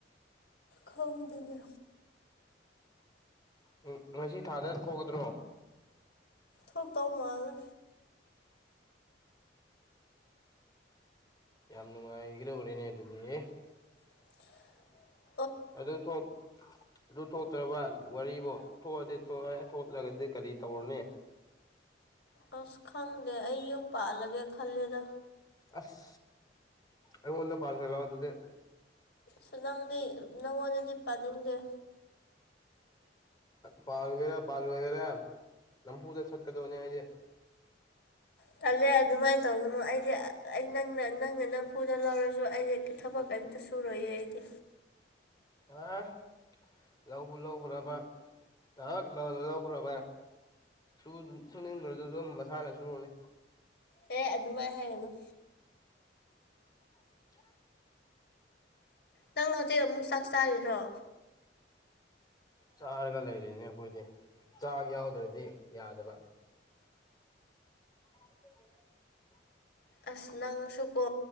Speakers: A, on the left; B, on the left.
A: ꯈꯣꯡꯗꯨꯅ
B: ꯎꯝ ꯉꯁꯤ ꯊꯥꯗ ꯊꯣꯛꯒꯗ꯭ꯔꯣ
A: ꯊꯣ ꯇꯥꯎ ꯃꯥꯅ
B: ꯌꯥꯝ ꯅꯨꯡꯉꯥꯏꯒꯗꯣꯔꯤꯅꯦ ꯑꯗꯨꯗꯤ
A: <inaudible>
B: ꯑꯗꯨꯗꯣ ꯊ ꯑꯗꯨ ꯊꯣꯛꯇ꯭ꯔꯕ ꯋꯥꯔꯤꯔꯤꯕꯨꯣ ꯊꯣꯛꯑꯗꯤ ꯊꯣꯛꯑꯦ ꯊꯣꯛꯇ꯭ꯔꯒꯗꯤ ꯀꯔꯤ ꯇꯧꯔꯅꯦ
A: ꯑꯁ ꯈꯪꯗꯦ ꯑꯩ ꯌꯨꯝ ꯄꯥꯜꯂꯒꯦ ꯈꯜꯂꯦꯗ
B: ꯑꯁ ꯑꯩꯣꯟꯗ ꯄꯜ ꯁꯒꯗꯨꯗ
A: ꯁ ꯅꯪꯗꯤ ꯅꯪꯉꯣꯟꯗꯗꯤ ꯄꯥꯅꯤꯡꯗꯦ
B: ꯄꯥꯟꯒꯦꯔꯥ ꯄꯥꯟꯂꯣꯏꯒꯦꯔꯥ ꯅꯝꯐꯨꯗ ꯆꯠꯀꯗꯧꯅꯦ ꯍꯥꯏꯁꯦ
A: ꯆꯜꯂꯨ ꯑꯗꯨꯃꯥꯏꯅ ꯇꯧꯕꯅ ꯑꯩꯗꯤ ꯑꯩ ꯅꯪꯅ ꯅꯪꯅ ꯅꯝꯐꯨꯗ ꯂꯧꯔꯁꯨ ꯑꯩꯗꯤ ꯊꯕꯛ ꯀꯩꯝꯇ ꯁꯨꯔꯣꯏꯌꯦ ꯑꯩꯗꯤ
B: ꯑ ꯂꯧꯕ ꯂꯧꯈ꯭ꯔꯕ ꯊꯛꯅ ꯂꯧꯈ꯭ꯔꯕ ꯁꯨꯅꯤꯡꯟꯈ꯭ꯔꯁꯨ ꯑꯗꯨꯝ ꯃꯁꯥꯅ ꯁꯨꯔꯨꯅꯤ
A: ꯑꯦꯦ ꯑꯗꯨꯃꯥꯏꯅ ꯍꯥꯏꯒꯅꯨ
B: <unintelligible>
A: ꯅꯪ ꯍꯧꯖꯤꯛ ꯑꯃꯨꯛ ꯆꯥꯛ ꯆꯥꯔꯤꯔꯣ
B: ꯆꯥꯔꯒ ꯂꯩꯔꯤꯣꯏꯅꯦ ꯑꯩꯈꯣꯏꯗꯤ ꯆꯥꯛ ꯌꯥꯎꯗ꯭ꯔꯗꯤ ꯌꯥꯗꯕ <inaudible>
A: ꯑꯁ ꯅꯪꯁꯨꯀꯣ